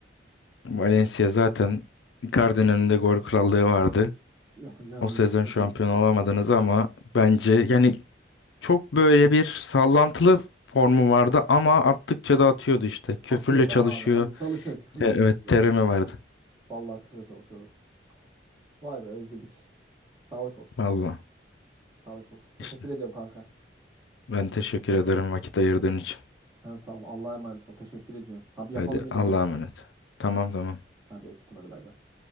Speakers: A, on the left (about 75°); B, on the right (about 15°).
A: Valencia zaten Icardi'nin önünde gol krallığı vardı.
B: Yapacağını
A: O sezon
B: yaptı
A: şampiyon
B: yani.
A: olamadınız ama bence yani çok böyle bir sallantılı formu vardı ama attıkça da atıyordu işte. Köfürle
B: Atıyordu
A: çalışıyor.
B: abi. Abi Çalışıyor. Küfürle
A: Te-
B: çalışıyordu
A: evet terimi
B: adam.
A: vardı.
B: Vallahi küfürle çalışıyordu. Vay be özledik. Sağlık olsun.
A: Vallahi
B: Sağlık olsun. Teşekkür
A: işte.
B: ediyorum kanka.
A: Ben teşekkür ederim vakit ayırdığın için.
B: Sen sağ ol. Allah'a emanet ol. Teşekkür ediyorum. Abi yapalım
A: Hadi
B: yine
A: Allah'a
B: bunu.
A: emanet. Tamam tamam.
B: Hadi öptüm hadi bay bay.